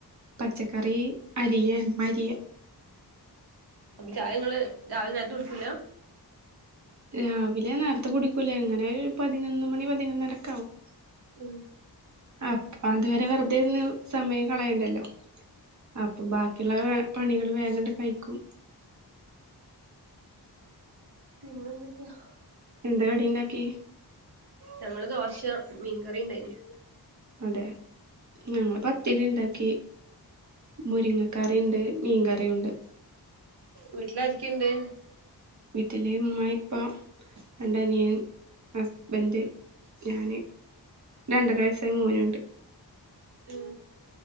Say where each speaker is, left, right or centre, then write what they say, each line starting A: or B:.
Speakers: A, on the right; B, on the right.
A: പച്ചക്കറി അരിയ മരിയ
B: അപ്പൊ ചായങ്ങള് രാവിലെ നെരെത്തെ കുടിക്കൂല്ല
A: രാവിലെ നേരത്തെ കുടിക്കൂലേ എങ്ങനെ ആയാലും പതിനൊന്ന് മണി പതിനൊന്നരക്കെ ആവും
B: ഉം
A: അപ്പ അതുവരെ വെറുതെന്ന് സമയം കളയണ്ടല്ലോ അപ്പൊ ബാക്കിയുള്ള പണികൾ വേഗണ്ട് കഴിക്കും
B: പിന്നെന്തൊക്കെയാ
A: എന്താ കടിണ്ടാക്കി
B: ഞങ്ങള് ദോശ മീൻ കറി ണ്ടായിന്
A: അതെ ഞങ്ങ പത്തിരിണ്ടാക്കി മുരിങ്ങക്കറിണ്ട് മീൻകറിയുണ്ട്
B: വീട്ടിലാരിക്കുണ്ട്
A: വീട്ടില് മ്മ പ്പ രണ്ടനിയൻ ഹസ്ബൻഡ് ഞാന് രണ്ടര വയസ്സായി മോന്നുണ്ട്
B: ഉം